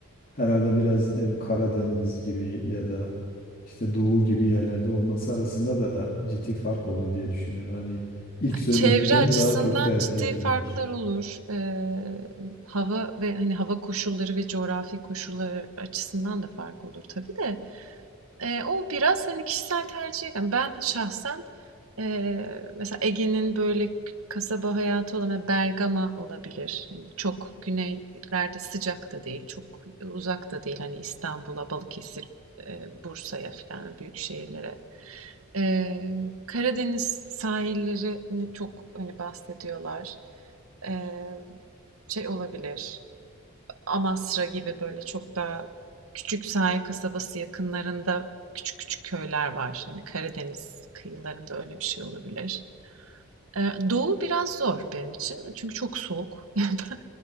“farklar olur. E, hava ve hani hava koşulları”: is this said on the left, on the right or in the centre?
Right